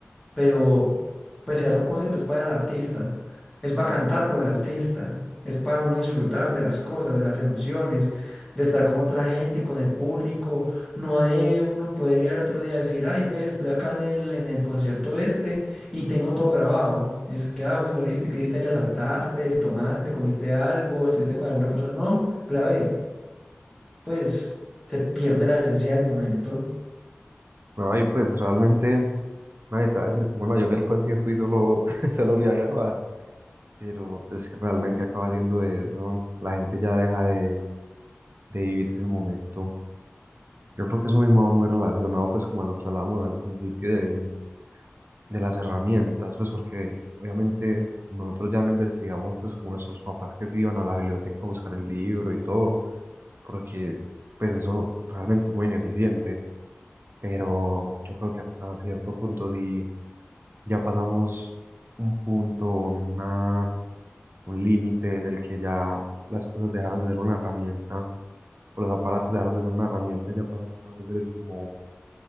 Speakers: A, in the centre; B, on the right (about 55°).
A: pero pues si vas a un concierto es para el artista, es para cantar con el artista, es para uno disfrutar de las cosas, de las emociones, de estar con otra gente, con el público, no de uno poder ir al otro día a decir, ay, ve, estuve acá en el, en el concierto este y tengo todo grabado. Y es que, ah, bueno, listo, ¿y qué hiciste allá? ¿Saltaste, tomaste, comiste algo, estuviste con alguna persona? No, grabé. Pues se pierde la esencia del momento.
B: No, y pues realmente nadie te va a decir como no, yo fui al concierto y solo, <laughs> solo fui a grabar. Pero pues que realmente acaba siendo eso. La gente ya deja de, de vivirse el momento. Yo creo que eso mismo va muy relacionado pues como a lo que hablábamos al principio de, de las herramientas, pues porque obviamente nosotros ya no investigamos pues como nuestros papás que iban a la biblioteca a buscar el libro y todo, porque pues eso realmente es muy ineficiente. Pero yo creo que hasta cierto punto sí Ya pasamos un punto, una, un límite en el que ya las cosas dejaron de ser una herramienta, o los aparatos dejaron de ser una herramienta y ya pasaron más a ser es como